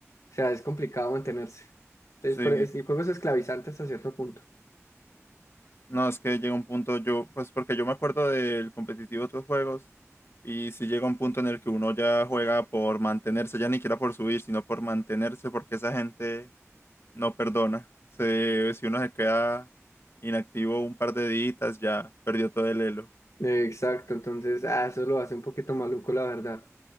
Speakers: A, on the left (about 75°); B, on the left (about 55°).
A: sea, es complicado mantenerse. Entonces,
B: sí.
A: pero es- el juego es esclavizante hasta cierto punto.
B: No, es que llega un punto, yo, pues porque yo me acuerdo del competitivo de otros juegos, y si llega un punto en el que uno ya juega por mantenerse, ya ni siquiera por subir, sino por mantenerse, porque esa gente no perdona. Se, si uno se queda inactivo un par de días, ya perdió todo el elo.
A: Exacto, entonces, ah, eso lo hace un poquito maluco, la verdad.